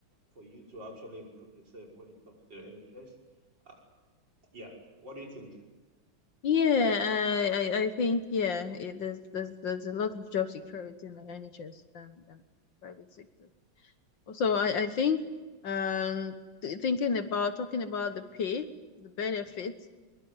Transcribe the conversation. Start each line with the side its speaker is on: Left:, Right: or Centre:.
Right: for you to actually improve yourself when it comes to the NHS. Uh, yeah, what do you think?
Left: Yeah, I, I, I think yeah, it, there's there's there's a lot of job security in the NHS than than private sector. Also, I I think um th- thinking about talking about the pay, the benefits,